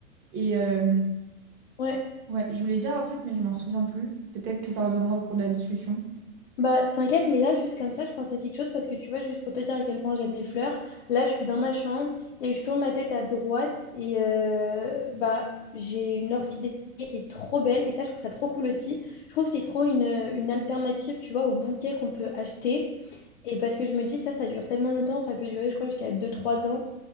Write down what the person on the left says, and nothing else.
ouais.
Bah, t'inquiète, mais là, juste comme ça, je pense à quelque chose parce que tu vois, juste pour te dire à quel point j'aime les fleurs, là, je suis dans ma chambre et je tourne ma tête à droite et euh, bah, j'ai une orchidée qui est trop belle et ça, je trouve ça trop cool aussi. Je trouve que c'est trop une, une alternative, tu vois, au bouquet qu'on peut acheter. Et parce que je me dis, ça, ça dure tellement longtemps, ça peut durer, je crois, jusqu'à deux trois ans.